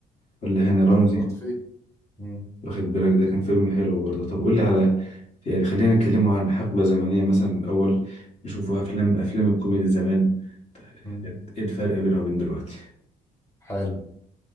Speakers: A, on the left (about 45°); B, on the left (about 15°).
A: ولا هاني رمزي
B: طارق لطفي مم.
A: واخد بالك ده كان فيلم حلو برضه طب قول لي على يعني خلينا نتكلموا عن حقبة زمنية مثلا الأول نشوفوا أفلام أفلام الكوميدي زمان
B: مم.
A: كانت إيه الفرق بينها وبين دلوقتي
B: حلو